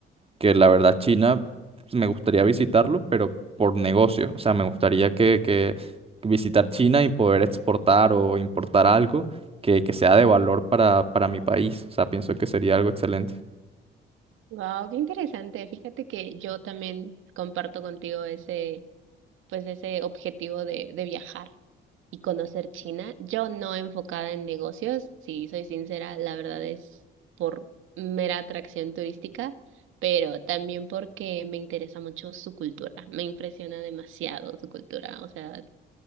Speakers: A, on the right; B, on the right.
A: que la verdad China pues, me gustaría visitarlo, pero por negocio. O sea, me gustaría que, que visitar China y poder exportar o importar algo que, que sea de valor para, para mi país. O sea, pienso que sería algo excelente.
B: Wow, qué interesante. Fíjate que yo también comparto contigo ese pues ese objetivo de, de viajar y conocer China. Yo no enfocada en negocios, si soy sincera, la verdad es por mera atracción turística, pero también porque me interesa mucho su cultura, me impresiona demasiado su cultura, o sea,